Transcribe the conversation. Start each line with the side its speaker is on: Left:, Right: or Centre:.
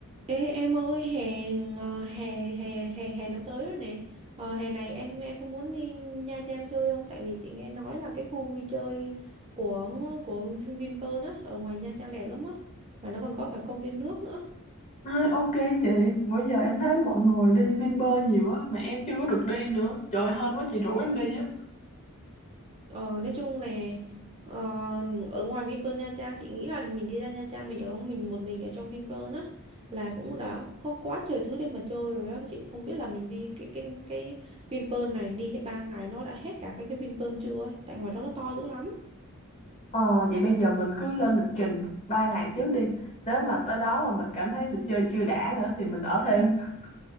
Right: Ê, em ơi hè ngò- hè hè hè hè nó tới rồi nè ờ, hè này em em có muốn đi Nha Trang chơi không tại vì chị nghe nói là cái khu vui chơi của của Vin- Vinpearl á ở ngoài Nha Trang đẹp lắm á mà nó còn có cả công viên nước nữa
Left: Ê, ok chị, bữa giờ em thấy mọi người đi Vinpearl nhiều á mà em chưa có được đi nữa. Trời hên quá chị rủ em đi á.
Right: Ờ, nói chung là ờ, ở ngoài Vinpearl Nha Trang chị nghĩ là mình đi ra Nha Trang mình ở mình một mình ở trong Vinpearl á là cũng đã có quá trời thứ để mà chơi rồi á chị không biết là mình đi cái cái cái Vinpearl này đi hết ba ngày nó đã hết cả cái cái Vinpearl chưa ấy tại ngoài đó nó to dữ lắm
Left: Ờ vậy bây giờ mình cứ lên lịch trình 3 ngày trước đi. Nếu mà tới đó mà mình cảm thấy được chơi chưa đã nữa thì mình ở thêm. <laughs>